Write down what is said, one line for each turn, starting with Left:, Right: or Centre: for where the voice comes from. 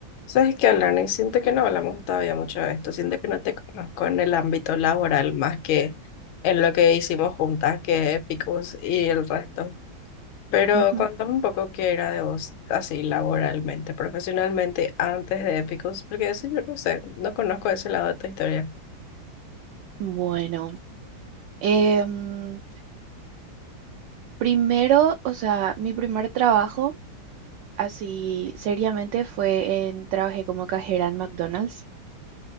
Left: Sabes que, Alani, siento que no hablamos todavía mucho de esto, siento que no te conozco en el ámbito laboral más que en lo que hicimos juntas, que Epicus y el resto. Pero
Right: Ujú.
Left: cuéntame un poco qué era de vos, así laboralmente, profesionalmente, antes de Epicus, porque eso yo no sé, no conozco ese lado de tu historia.
Right: Bueno, em, primero, o sea, mi primer trabajo así seriamente fue en, trabajé como cajera en McDonald's.